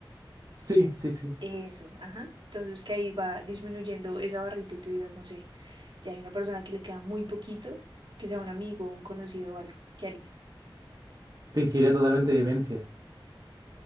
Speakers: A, on the right; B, on the right.
A: Sí, sí, sí.
B: Eso, ajá. Entonces que ahí va disminuyendo esa barrita y tú digas, no sé, ya hay una persona que le queda muy poquito, que sea un amigo, un conocido o algo. ¿Qué harías?
A: Fingiría totalmente demencia.